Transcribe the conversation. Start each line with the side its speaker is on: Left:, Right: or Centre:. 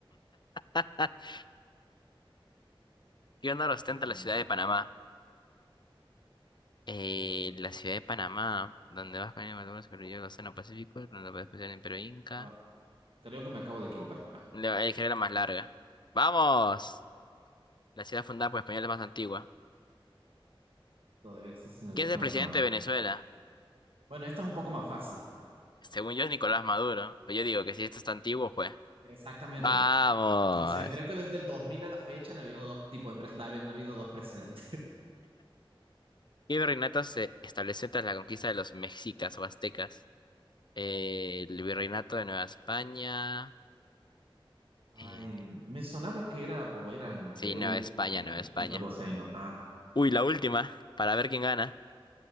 Left: Ah, <laughs> ¿qué honor ostenta
Right: Eh,
Left: la ciudad de Panamá? Eh,
Right: ciudad fundadora.
Left: la ciudad de Panamá, donde vas con el Malvinas, corrió el Océano Pacífico, donde puedes pasar el Imperio Inca.
Right: Ah, creo que me acabo de equivocar. Ah,
Left: La es que era la más larga. ¡Vamos! La ciudad fundada por españoles más antigua.
Right: todavía existe el...
Left: ¿Quién es el
Right: Ajá.
Left: presidente de Venezuela?
Right: Bueno, esta es un poco más fácil.
Left: Según yo es Nicolás Maduro, pero yo digo que si esto está antiguo, pues.
Right: Exactamente.
Left: ¡Vamos!
Right: O sea, creo que desde el 2000 a la fecha han habido dos tipos de, pre- han habido dos presidentes.
Left: ¿Qué virreinato se estableció
Right: <laughs>
Left: tras la conquista de los mexicas o aztecas? Eh, el virreinato de Nueva España.
Right: Ay,
Left: eh,
Right: me sonaba que era o era en
Left: sí,
Right: Perú,
Left: Nueva España,
Right: eh,
Left: Nueva España.
Right: un nuevo reino. Ah,
Left: Uy, la última, para ver quién gana.